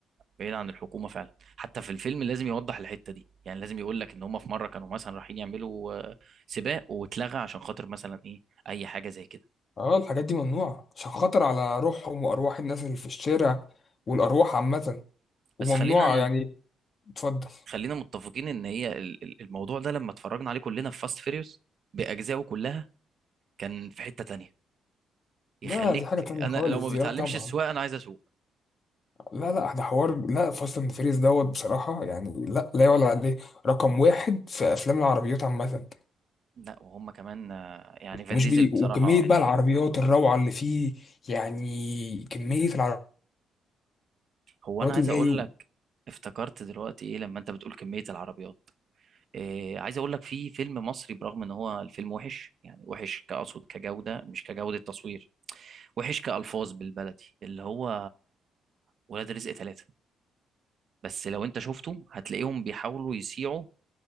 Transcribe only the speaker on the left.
اه الحاجات دي ممنوعة عشان خطر على روحهم وارواح الناس اللي في الشارع والارواح عامة وممنوعة
يعني اتفضل
لا دي حاجة تانية
خالص
دي
اه طبعا
لا لا ده حوار لا فاست اند فيريز دوت بصراحة يعني لا لا يعلى عليه رقم واحد في افلام العربيات عامة
ومش
بي
وكمية بقى العربيات الروعة اللي فيه يعني كمية العربيات
اللي
جاي